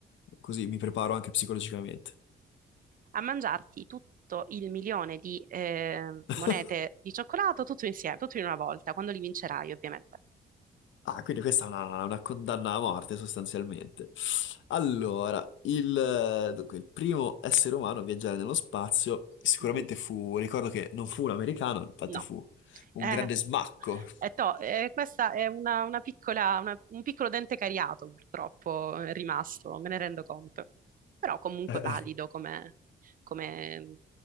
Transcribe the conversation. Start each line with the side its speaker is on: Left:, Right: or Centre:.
Left: Così mi preparo anche psicologicamente.
Right: A mangiarti tutto il milione di eh,
Left: <laughs>
Right: monete di cioccolato, tutto insieme, tutto in una volta, quando li vincerai, ovviamente.
Left: Ah, quindi questa è una, una condanna a morte sostanzialmente. Allora, il, dunque, il primo essere umano a viaggiare nello spazio sicuramente
Right: Mhm.
Left: fu, ricordo che non fu un americano, infatti
Right: No.
Left: fu un
Right: Eh,
Left: grande smacco.
Right: è to- eh, questa è una, una piccola, una- un piccolo dente cariato, purtroppo, è rimasto, me ne rendo conto. Però comunque
Left: <laughs>
Right: valido come, come